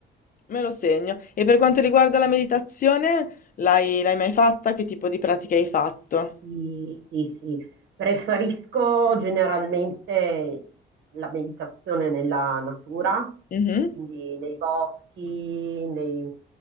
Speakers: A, on the left; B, on the right.
A: Me lo segno. E per quanto riguarda la meditazione, l'hai l'hai mai fatta? Che tipo di pratica hai fatto?
B: Sì, sì, sì. Preferisco generalmente la meditazione nella natura,
A: Mhm,
B: quindi nei boschi, nei,